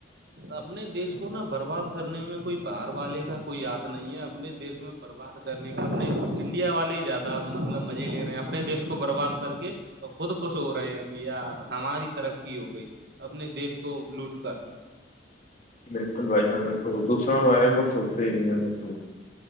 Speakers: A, on the right; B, on the left.
A: اپنے دیش کو نا برباد کرنے میں کوئی باہر والے کا کوئی یاد نہیں ہے اپنے دیش برباد کرنے کا اپنے انڈیا والے ہی زیادہ مطلب مزے لے رہے ہیں اپنے دیش کو برباد کر کے تو خود خش ہو رہے ہیں کہ یار ہماری ترقی ہو گئی اپنے دیش کو لوٹ کر
B: بالکل بھائی جاں ب دوسروں کے بارے میں ب سو